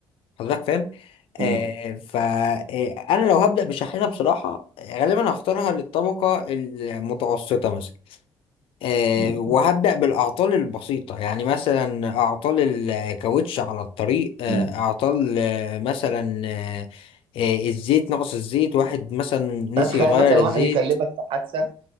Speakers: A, on the left; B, on the right.
A: حضرتك فاهم
B: مم.
A: آه فانا لو هبدا بشاحنه بصراحه آه، غالبا هختارها للطبقه المتوسطه مثلا آه،
B: مم.
A: وهبدأ بالأعطال البسيطة يعني مثلا أعطال الكاوتش على الطريق آه،
B: مم.
A: أعطال آه، مثلا آه، آه، الزيت نقص الزيت واحد مثلا نسي
B: فتخيل
A: يغير
B: مثلا
A: الزيت
B: واحد يكلمك في حادثه